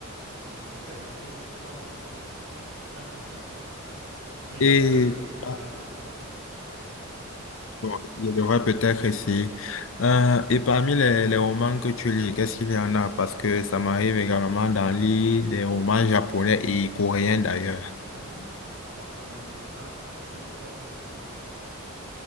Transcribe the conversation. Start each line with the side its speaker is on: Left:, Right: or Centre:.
Right: mais d'une qualité extraordinaire, incroyable. Meilleur
Left: Et
Right: que le cinéma
Left: ah,
Right: américain. Ouais.
Left: Bon, je devrais peut-être essayer. Euh, et parmi les, les romans que tu lis, qu'est-ce qu'il y en a? Parce que ça m'arrive également d'en lire des romans japonais et coréens d'ailleurs.
Right: Ah oui, alors j'en ai lu un qui s'appelait Le Pavillon d'or.